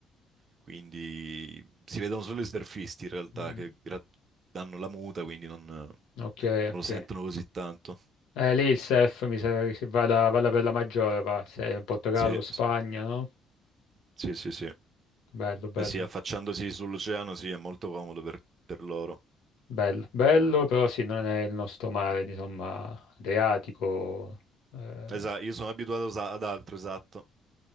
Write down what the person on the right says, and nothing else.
quindi si vedono solo i surfisti in realtà
che gra- danno la muta, quindi non, non
lo
sentono così tanto.
Sì,
s-
sì, sì, sì.
Eh sì, affacciandosi sull'oceano sì, è molto comodo per, per loro.
Esatto, io sono abituato sa- ad altro, esatto.